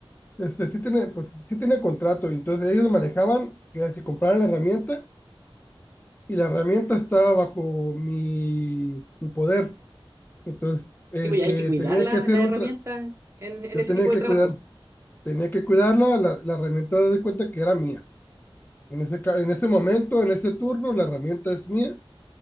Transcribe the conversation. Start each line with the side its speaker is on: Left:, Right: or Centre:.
Left: Este, sí tiene, pues, sí tiene contrato, y entonces ellos manejaban que si compraran la herramienta y la herramienta estaba bajo mi, mi poder. Entonces, el
Right: Tipo, ya
Left: que
Right: hay que cuidar
Left: tenía
Right: la,
Left: que hacer
Right: la herramienta
Left: un... tra-
Right: en, en
Left: yo
Right: ese
Left: tenía
Right: tipo
Left: que
Right: de trabajo.
Left: cuidar, tenía que cuidarla, la, la herramienta de cuenta que era mía. En ese, ca- en ese momento, en ese turno, la herramienta es mía